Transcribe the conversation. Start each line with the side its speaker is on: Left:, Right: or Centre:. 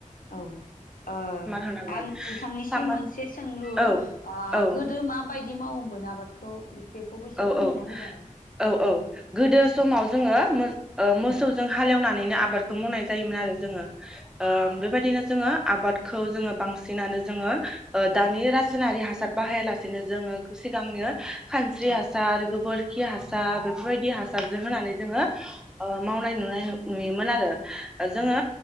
Left: औ ओ आं
Centre: होनांगोन
Left: नोंथांनिसिम
Centre: सामार
Left: मोनसे सोंलु
Centre: औ
Left: ओ
Centre: औ
Left: गोदो माबायदि दि मावोमोन आबादखौ? बेखौबो एसे
Centre: औ
Left: फोरमायना
Centre: औ
Left: होजागोन
Centre: औ औ गोदो समाव
Left: औ
Centre: जोङो ओ मो ओ मोसौजों
Left: औ
Centre: हालेवनानैनो आबादखौ मावनाय ज जायोमोन आरो जोङो । ओ बेबायदिनो जोङो । आबादखौ जोङो बांसिनानो जोङो ओ दानि रासायनारि हासार बाहायालासेनो जोङो सिगांनो । स्रि
Left: औ
Centre: हासार गोबोर खि हासार, बेफोरबायदि हासारजों होनानै । जोङो ओ मावनाय नुनाय नुयोमोन आरो ।
Left: औ
Centre: जोङो